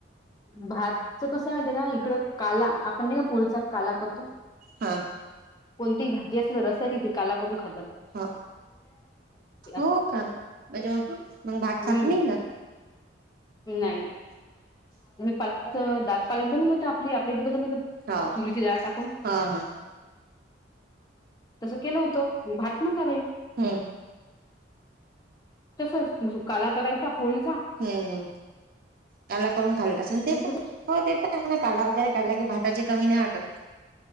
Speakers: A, on the left (about 20°); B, on the right (about 50°).
A: भातच कसं माहितीय का इकडं काला आपण नाही का पळीचा काला करतो.
B: हा.
A: कोणती भाजी असलं रसायचीिथ काला करून खात.
B: हो हो
A: असं
B: का म्हणजे मग भात खात
A: हम्म
B: नाही ना. <inaudible>
A: नाही. पाच दाल पालक बनून आपली आपली इथच
B: का हो
A: तुरीची दळ टाकून.
B: हा हा
A: तस केलं होतं भात नवताकाई
B: होय
A: तसच सुुकाला करायचा पुणीच
B: हु काला करून खाल आसेन ते
A: मग
B: पण
A: तसं
B: काला वगैरे कायला की भाताची कमी नाही वाटत